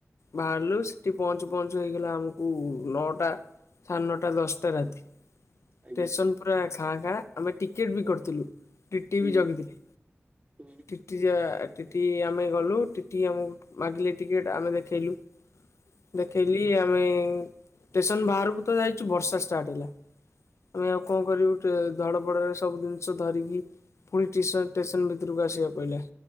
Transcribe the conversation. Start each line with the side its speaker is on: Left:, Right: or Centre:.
Left: ବାହାରିଲୁ
Right: ହୁଁ
Left: ସେଠି ପହଞ୍ଚୁ ପହଞ୍ଚୁ ହେଇଗଲା ଆମକୁ ନଅଟା ସାଢେ ନଅଟା ଦଶଟା ରାତି।
Right: ଆଜ୍ଞା
Left: ଟେସନ ପୁରା। ଖାଁ କାଁ ଆମେ ଟିକେଟ୍ ବି କରିଥିଲୁ। ଟିଟି
Right: ହୁଁ
Left: ବି ଜଗିଥିଲେ
Right: ହୁଁ
Left: ଟି ଟି ଆ। ଟି ଟି ଆମେ ଗଲୁ ଟି। ଟି ଟି ଆମକୁ ମାଗିଲେ ଟିକେଟ ଆମେ ଦେଖେଇଲୁ। ଦେଖେଇଲିି ଆମେ। ଉଁ ଷ୍ଟେସନ ବାହାରକୁ ତ ଯାଇଛୁ ବର୍ଷା ଷ୍ଟାର୍ଟ ହେଲା ଆମେ ଆଉ କଣ କରିବୁ ଧଡପଡରେ ସବୁ ଜିନିଷ ଧରିକି। ପୁଣି ଟେସନ ଷ୍ଟେସନ ଭିତରୁକୁ ଆସିବା ପଇଲା।